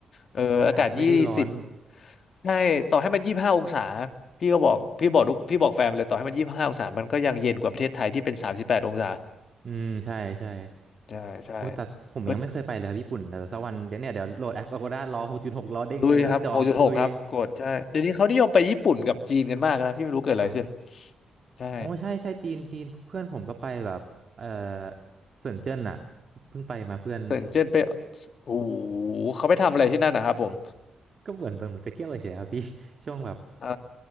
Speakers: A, on the left (about 60°); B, on the right (about 50°).
A: เอออากาศยี่สิบ
B: อากาศไม่ได้ร้อน
A: ใช่ต่อให้มันยี่ห้าองศาพี่ก็บอกพี่บอกทุกพี่บอกแฟนเลยต่อให้มันยี่ห้าองศามันก็ยังเย็นกว่าประเทศไทยที่เป็นสามสิบแปดองศา
B: อืมใช่ใช่
A: ใช่ใช่
B: โอ้ยแต่ผมยังไม่เคยไปเลยครับญี่ปุ่นแต่สักวันเดี๋ยวเนี่ยเดี๋ยวโหลดแอป
A: เออ
B: Agoda รอหกจุดหกรอเด้งเลยอะจองลุย
A: ลุยครับหกจุดหกครับกดใช่เดี๋ยวนี้เขานิยมไปญี่ปุ่นกับจีนกันมากนะพี่ไม่รู้เกิดอะไรขึ้น
B: ครับ
A: ใช่
B: โอ้ใช่ใช่จีนจีนเพื่อนผมก็ไปแบบเออเซินเจิ้นอะเพิ่งไปมาเพื่อน
A: เซินเจิ้นไปโอ้โหเขาไปทำอะไรที่นั่นนะครับผม
B: ก็เหมือนเหมือนไปเที่ยวเฉยๆครับพี่ <laughs> ช่วงแบบ
A: อ่า